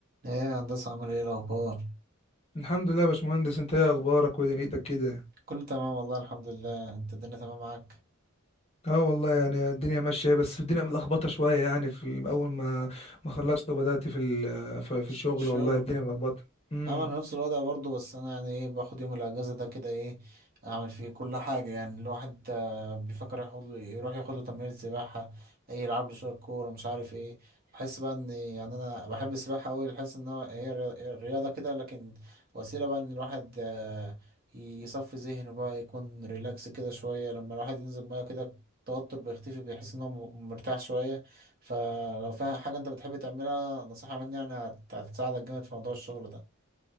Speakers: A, on the right (about 45°); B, on the left (about 30°).
A: ايه يا هندسة عامل ايه الأخبار؟
B: الحمد لله يا باشمهندس انت ايه اخبارك ودنيتك كده
A: كله تمام والله الحمد لله انت الدنيا تمام معاك؟
B: اه والله يعني الدنيا ماشيه بس الدنيا ملخبطه شويه يعني في اول ما ما خلصت وبدات في ال- في في
A: ش-
B: الشغل
A: شغل
B: والله الدنيا ملخبطه امم
A: انا نفس الوضع برضو بس انا يعني ايه باخد يوم الاجازه ده كده ايه اعمل فيه كل حاجه يعني الواحد آه، بيفكر ياخد له يروح ياخد له تمرين سباحه اي يلعب له شويه كوره مش عارف ايه بحس بقى ان يعني انا بحب السباحه قوي بحس ان هو- هي ري- رياضه كده لكن وسيله بقى ان الواحد آه، يصفي ذهنه بقى يكون ريلاكس كده شويه لما الواحد ينزل ميه كده التوتر بيختفي بيحس ان هو م- مرتاح شويه فلو فيها حاجه انت بتحب تعملها نصيحه مني يعني هت- هتساعدك جامد في موضوع الشغل ده